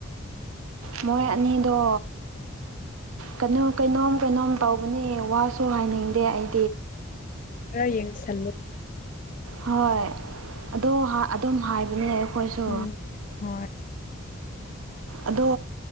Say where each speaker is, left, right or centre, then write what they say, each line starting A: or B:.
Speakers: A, on the right; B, on the left.
A: ꯃꯣꯏ ꯑꯅꯤꯗꯣ ꯀꯩꯅꯣ ꯀꯩꯅꯣꯝ ꯀꯩꯅꯣꯝ ꯇꯧꯕꯅꯦ ꯋꯥꯁꯨ ꯍꯥꯏꯅꯤꯡꯗꯦ ꯑꯩ
B: ꯑ꯭ꯔ ꯌꯦꯡ ꯆꯜꯂꯣ
A: ꯍꯣꯏ ꯑꯗꯣ ꯑꯗꯨꯝ ꯍꯥꯏꯕꯅꯦ ꯑꯩꯈꯣꯏꯁꯨ
B: ꯎꯝ ꯍꯣꯏ
A: ꯑꯗꯣ